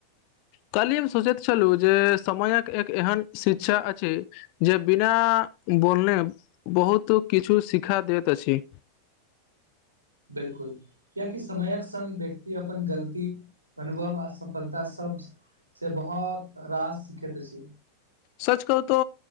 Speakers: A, on the left; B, on the right.
A: काल्हि हम सोचति छलहुँ जे समयक एक एहन शिक्षा अछि जे बिना बोलने बहुत किछु शिखा दति अछि
B: बिलकुल कियाकि समयक संग व्यक्ति अपन गलती अनुभव आ सफलता सब से बहोत रास सिखेत अछि
A: सच कहू तो